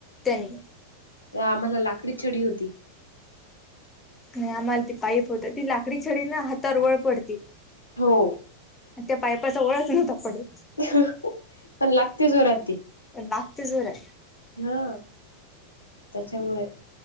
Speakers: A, on the left (about 15°); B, on the left (about 80°).
A: धन्यवा.
B: आम्हाला लाकडी छडी होती.
A: नाही आम्हाला ती पाईप होत ती लाकडी छडी ना हातार वळ पडती.
B: हो.
A: त्या पाईपाचा ओळच नव्हता पडे.
B: ह. पण लागते जोराती.
A: लागतेझोरे.
B: हा त्याच्यामुळे.